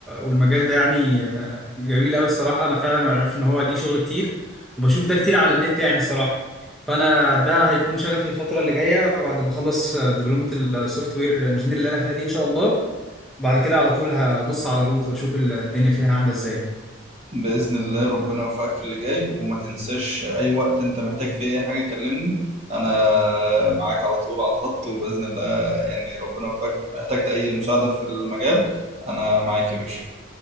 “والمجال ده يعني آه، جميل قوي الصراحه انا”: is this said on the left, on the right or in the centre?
Centre